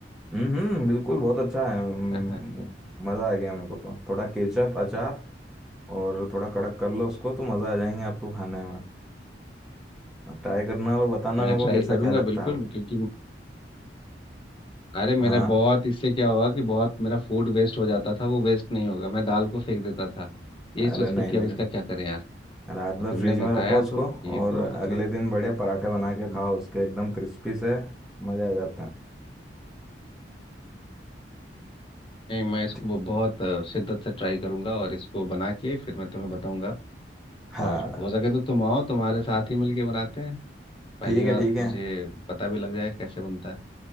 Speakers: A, in the centre; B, on the left.
A: हम्म हम्म बिल्कुल बहुत अच्छा है हम्म,
B: हाँ हाँ
A: मज़ा आ गया मेरे को तो थोड़ा केचप अचार और थोड़ा कड़क कर लो उसको तो मज़ा आ जाएंगे आपको खाने में ट्राई करना और बताना
B: मैं
A: मेरे को
B: ट्राई
A: कैसा
B: करूंगा
A: क्या लगता
B: बिल्कुल
A: है वो
B: क्योंकि अरे मेरा
A: हाँ
B: बहुत इससे क्या हुआ कि बहुत मेरा फूड वेस्ट हो जाता था वो वेस्ट नहीं होगा मैं दाल को फेंक देता था ये
A: अरे
B: सोच
A: नहीं
B: के कि
A: नहीं
B: अब इसका क्या करें यार
A: रात
B: और
A: भर
B: तुमने
A: फ्रिज में
B: बताया
A: रखो उसको
B: तो ये
A: और
B: तो
A: अगले
B: मतलब
A: दिन बढ़िया पराठे बना के
B: हम्म,
A: खाओ उसके एकदम क्रिस्पी से मजा आ जाता है
B: नहीं मैं इसको
A: ठी-
B: ब- बहुत अ, शिद्दत से ट्राई करूंगा और इसको बना के फिर मैं तुम्हें बताऊंगा
A: हाँ
B: और हो सके तो तुम आओ तुम्हारे साथ ही मिलके बनाते हैं पहली
A: ठीक
B: बार
A: है ठीक है
B: मुझे पता भी लग जाएगा कैसे बनता है